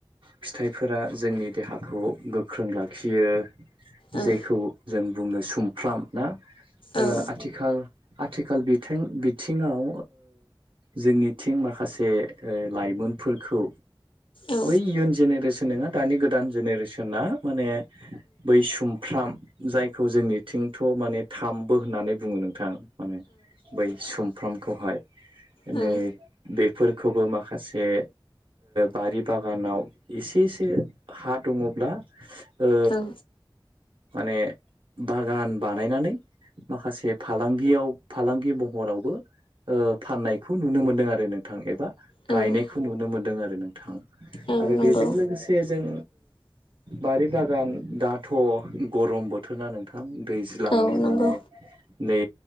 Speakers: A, on the right (about 70°); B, on the left (about 75°).
A: फिथाइफोरा जोंनि देहाखौ गोख्रों लाखियो
B: औ
A: जायखौ जों बुङो सुमफ्राम ना आथिखाल
B: औ
A: आथिखाल आथिखाल बिथिङाव जोंनिथिं माखासे लाइमोनफोरखौ
B: औ
A: बै इयुन जेनेरेसन नङा दानि गोदान जेनेरेसना माने बै सुमफ्राम जायखौ जोंनिथिंथ' माने थामबो होननानै बुङो नोंथां माने बै सुमफ्रामखौहाय
B: औ
A: नै बेफोरखौबो माखासे बारि बागानाव एसेसो हा दङब्ला ओ
B: औ
A: माने बागान बानायनानै माखासे फालांगियाव फालांगि महरावबो फाननायखौ नुनो मोनदों आरो नोंथां एबा
B: औ
A: गायनायखौ नुनो मोनदों आरो नोंथां
B: औ
A: आरो
B: नंगौ
A: बेजों लोगोसे जों बारि बागान दाथ' गरम बोथोरना नोंथां दैज्लांनि
B: औ नंगौ
A: माने नै